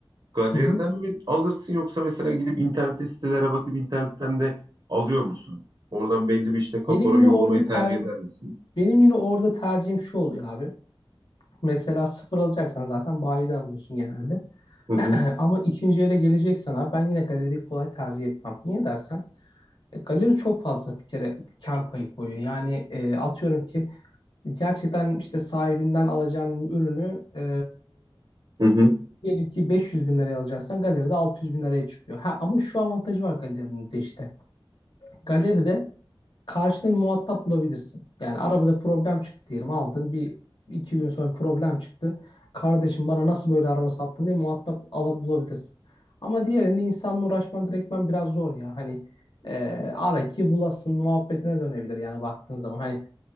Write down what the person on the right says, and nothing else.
galeriden
mi alırsın yoksa mesela gidip internette sitelere bakıp internetten de alıyor musun? Oradan belli bir işte kapora
yollamayı
tercih
eder misin?
Hı hı,
hı hı.